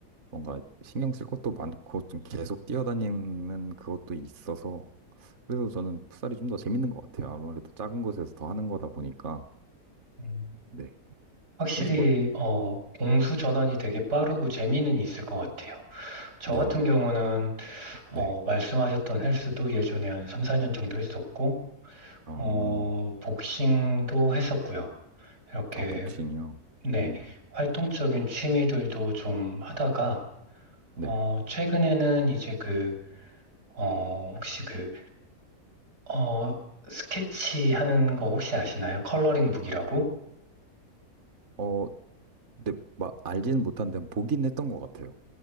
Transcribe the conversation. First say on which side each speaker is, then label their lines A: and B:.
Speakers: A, on the right; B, on the right.
A: 뭔가 신경 쓸 것도 많고 좀 계속 뛰어다니는 그것도 있어서 그래서 저는 풋살이 좀 더 재밌는 것 같아요. 아무래도 작은 곳에서 더 하는 거다 보니까
B: 음,
A: 네.
B: 확실히
A: 혹시 뭐
B: 어, 공수 전환이 되게 빠르고 재미는 있을 것 같아요. 저
A: 네,
B: 같은 경우는
A: 네.
B: 어, 말씀하셨던 헬스도 예전에 한 3, 4년 정도 했었고 어,
A: 어,
B: 복싱도 했었고요. 이렇게
A: 아 복싱이요.
B: 네,
A: 음,
B: 활동적인 취미들도 좀 하다가
A: 네.
B: 어, 최근에는 이제 그, 어, 혹시 그, 어, 스케치 하는 거 혹시 아시나요? 컬러링 북이라고?
A: 어, 네, 막 알지는 못한데 보긴 했던 것 같아요.